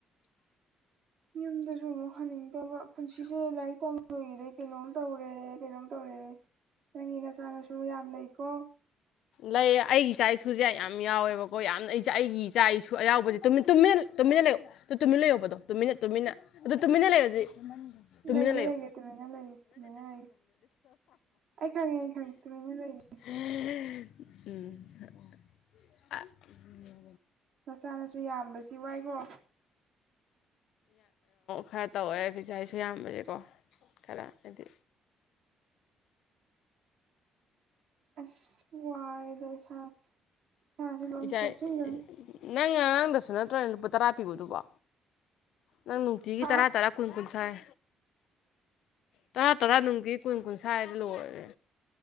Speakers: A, on the right; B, on the left.
A: ꯌꯨꯝꯗꯁꯨ ꯑꯃꯨꯛ ꯍꯟꯅꯤꯡꯗꯕ ꯄꯨꯟꯁꯤꯁꯦ ꯂꯥꯏꯔꯤꯛ ꯇꯝꯕꯒꯤꯗꯤ ꯀꯩꯅꯣꯝ ꯇꯧꯔꯦ ꯀꯩꯅꯣꯝ ꯇꯧꯔꯦ ꯅꯪꯒꯤ ꯅꯆꯥ ꯅꯁꯨ ꯌꯥꯝ ꯂꯩꯀꯣ
B: ꯂꯩ ꯑꯩꯒꯤ ꯏꯆꯥ ꯏꯁꯨꯁꯦ ꯌꯥꯝ ꯌꯥꯎꯋꯦꯕꯀꯣ ꯌꯥꯝ ꯑꯩꯒꯤ ꯏꯆꯥ ꯏꯁꯨ ꯑꯌꯥꯎꯕꯁꯦ ꯇꯨꯃꯤꯟ ꯇꯨꯃꯤꯟ ꯇꯨꯃꯤꯟꯅ ꯂꯩꯌꯨ ꯑꯗꯨ ꯇꯨꯃꯤꯟꯅ ꯂꯩꯌꯣꯕ ꯑꯗꯣ ꯇꯨꯃꯤꯟꯅ ꯇꯨꯃꯤꯟꯅ ꯑꯗꯨ ꯇꯨꯃꯤꯟꯅ ꯂꯩꯌꯨ ꯑꯗꯨꯗꯤ
A: ꯂꯩꯒꯦ
B: ꯇꯨꯃꯤꯟꯅ ꯂꯩꯌꯨ
A: ꯂꯩꯒꯦ ꯇꯨꯃꯤꯟꯅ ꯂꯩꯒꯦ ꯇꯨꯃꯤꯟꯅ ꯂꯩꯒꯦ ꯑꯩ ꯈꯪꯉꯦ ꯑꯩ ꯈꯪꯉꯦ ꯇꯨꯃꯤꯟꯅ ꯂꯩꯒꯦ
B: <unintelligible> <unintelligible>
A: ꯃꯆꯥꯥꯅꯁꯨ ꯌꯥꯝꯕꯁꯤ ꯋꯥꯏꯈ꯭ꯔꯣ
B: ꯈꯔ ꯇꯧꯋꯦ ꯐꯆ ꯑꯩꯁꯨ ꯌꯥꯝꯕꯁꯦꯀꯣ ꯈꯔ ꯍꯥꯏꯗꯤ
A: ꯑꯁ ꯋꯥꯔꯦꯗ ꯏꯁ ꯏꯁꯥꯁꯦ ꯂꯣꯏ
B: ꯏꯁꯥ
A: ꯁꯣꯛꯆꯤꯟꯒꯅꯤ
B: ꯅꯪ ꯑꯔꯥꯡꯗꯁꯨ ꯅꯠꯇ꯭ꯔꯣꯅꯦ ꯂꯨꯄꯥ ꯇꯔꯥ ꯄꯤꯕꯗꯨꯕꯣ ꯅꯪ ꯅꯨꯡꯇꯤꯒꯤ
A: ꯍꯥ
B: ꯇꯔꯥ ꯇꯔꯥ ꯀꯨꯟ ꯀꯨꯟꯊ꯭ꯔꯥꯏ ꯇꯔꯥ ꯇꯔꯥ ꯅꯨꯡꯒꯤ ꯀꯨꯟ ꯀꯨꯟꯊ꯭ꯥꯏꯗ ꯂꯣꯏꯔꯦ